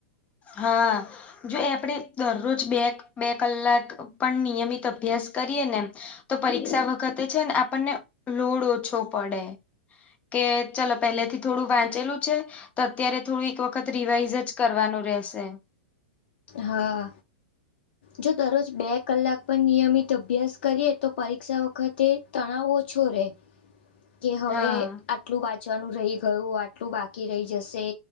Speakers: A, on the left; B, on the left.
A: હા જો એ આપણેે દરરોજ બે બે કલાક પણ નિયમિત અભ્યાસ કરીએ ને તો પરીક્ષા વખતે છે ને આપણને લોડ ઓછો પડે. કે ચલો પહેલે થી થોડું વાંચેલું છે. તો અત્યારે થોડું એક વખત રિવાઈઝ જ કરવાનું રહેશે.
B: હા. જો દરરોજ બે કલાક પર નિયમિત અભ્યાસ કરીએ તો પરીક્ષા વખતે તણાવ ઓછો રે. કે હવે
A: હા
B: આટલું વાંચવાનું રહી ગયું. આટલું બાકી રહી જશે